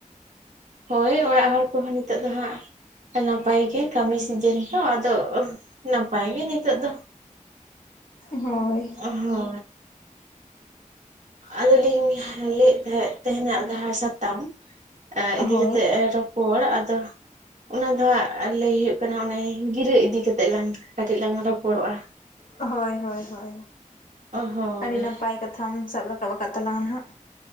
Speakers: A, on the right; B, on the left.
A: ᱦᱳᱭ ᱚᱲᱟᱜ ᱦᱚᱲ ᱠᱚᱦᱚᱸ ᱱᱤᱛᱚᱜ ᱫᱚ ᱦᱟᱸᱜ ᱱᱟᱯᱟᱭ ᱜᱮ ᱠᱟᱹᱢᱤ ᱥᱤᱡᱮᱱ ᱛᱚ ᱟᱫᱚ ᱱᱟᱯᱟᱭ ᱜᱮ ᱱᱤᱛᱚᱜ ᱫᱚ᱾
B: ᱦᱳᱭ᱾
A: ᱦᱳᱭ᱾ ᱟᱫᱚᱞᱤᱧ ᱞᱟᱹᱭᱮᱫ ᱛᱟᱦᱮᱸᱫ ᱛᱮᱦᱮᱧᱟᱜ ᱡᱟᱦᱟᱸ ᱥᱟᱛᱟᱢ ᱮᱸ ᱤᱫᱤᱠᱟᱛᱮᱜ
B: ᱦᱳᱭ
A: ᱮᱸᱜ ᱨᱚᱯ ᱯᱚᱲ ᱟᱫᱚ ᱚᱱᱟ ᱫᱚ ᱦᱟᱸᱟᱜ ᱞᱟᱹᱭ ᱦᱩᱭᱩᱜ ᱠᱟᱱᱟ ᱚᱱᱮ ᱜᱤᱨᱟᱹ ᱤᱫᱤ ᱠᱟᱛᱮᱜ ᱞᱟᱝ ᱠᱟᱹᱴᱤᱡ ᱞᱟᱝ ᱨᱚᱯᱚᱲᱚᱜ-ᱟ᱾
B: ᱦᱳᱭ ᱦᱳᱭ ᱦᱳᱭ
A: ᱦᱳᱭ
B: ᱟᱹᱰᱤ ᱱᱟᱯᱟᱭ ᱠᱟᱛᱷᱟᱢ ᱥᱟᱵ ᱨᱟᱠᱟᱵ ᱟᱠᱟᱫ ᱛᱟᱞᱟᱝ ᱟ ᱦᱟᱸᱜ᱾